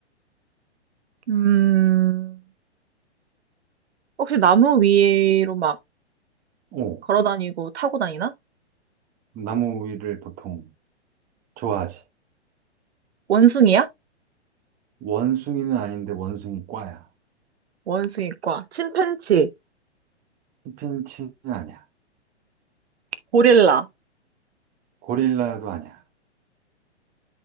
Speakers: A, on the right; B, on the right.
A: 음, 혹시 나무 위로 막
B: 오.
A: 걸어 다니고 타고 다니나?
B: 나무 위를 보통 좋아하지.
A: 원숭이야?
B: 원숭이는 아닌데 원숭이 과야.
A: 원숭이과, 침팬치,
B: chimpanzee는 아니야.
A: 고릴라,
B: 고릴라도 아니야.